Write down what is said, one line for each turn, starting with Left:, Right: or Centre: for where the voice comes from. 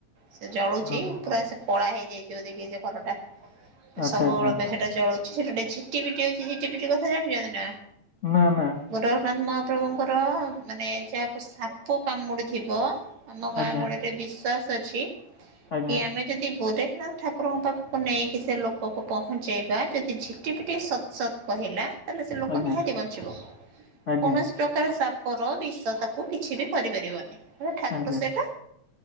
Right: ସେ ଜଳୁଚି।
Left: ଓହୋ।
Right: ପୁରା ସେ କଳା ହେଇଯାଇଥିବ ଦେଖିବେ ସେ ଘର ଟା।
Left: ଆଚ୍ଛା
Right: ସବୁବେଳେ
Left: ଆଚ୍ଛା
Right: ପାଇଁ ସେ ଜଳୁଛି ସେଠି, ଗୋଟେ ଝିଟି ପିଟି ଅଛି। ଝିଟି ପିଟି କଥା ଜାଣିଛନ୍ତି ନା?
Left: ନାଁ -ନାଁ।
Right: ଗୋରଖନାଥ ମହାପ୍ରଭୁଙ୍କର ମାନେ ଯାହାକୁ ସାପ କାମୁଡିଥିବ ଆମ ଗାଁ
Left: ଆଜ୍ଞା
Right: ଗହଳିରେ ବିଶ୍ଵାସ ଅଛି,
Left: ଆଜ୍ଞା
Right: କି ଆମେ ଯଦି ଗୋରେ ନାଥ ଠାକୁରଙ୍କ ପାଖକୁ ନେଇକି ସେ ଲୋକକୁ ପହଞ୍ଚେଇବା ଯଦି ଝିଟି ପିଟି ସତ୍ ସତ୍ କହିଲା ତାହେଲେ ସେ ଲୋ ଲୋକ
Left: ଆଜ୍ଞା
Right: ନିହାତି ବଞ୍ଚିବ।
Left: ଆଜ୍ଞା
Right: କୌଣସି ପ୍ରକାର ସାପର ବିଷ ତାକୁ କିଛି ବି କରିପାରିବନି। ହେଟା ଠାକୁର
Left: ଆଜ୍ଞା।
Right: ସେଟା